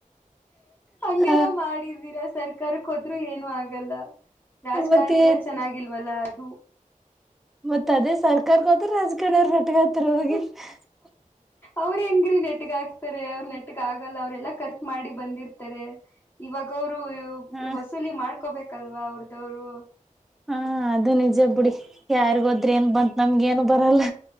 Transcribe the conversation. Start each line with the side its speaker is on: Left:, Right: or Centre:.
Left: ಹಂಗೆಲ್ಲ
Centre: ಹ
Left: ಮಾಡಿದೀರಾ ಸರ್ಕಾರಕ್ಕೆ ಹೋದ್ರ ಏನು ಆಗಲ್ಲ ರಾಜಕಾರಣಿಗಳು
Centre: ಮತ್ತ ಎನು
Left: ಚೆನ್ನಾಗಿಲ್ವಲ್ಲ ಅದು
Centre: ಮತ್ತ ಅದೇ ಸರ್ಕಾರ ರಾಜಕಣಾರ್ ಮಟಗಾತ್ರ ಹೋಗಿ <unintelligible>
Left: ಅವ್ರು ಹೆಂಗ್ರೀ ನೆಟ್ಗ ಹಾಕ್ತಾರೆ ಅವ್ರ ನೆಟ್ಗ ಆಗಲ್ಲ ಅವ್ರೆಲ್ಲಾ ಖರ್ಚು ಮಾಡಿ ಬಂದಿರ್ತಾರೆ ಇವಾಗ ಅವರು
Centre: ಹಾ
Left: ವಸೂಲಿ ಮಾಡ್ಕೋಬೇಕಲ್ವಾ ಅವ್ರದವರು
Centre: ಹಾ ಅದು ನಿಜ ಬಿುಡಿ ಯಾರಿಗೋದ್ರೆ ಏನ್ ಬಂತ್ ನಮ್ಗ ಏನು ಬರಲ್ಲ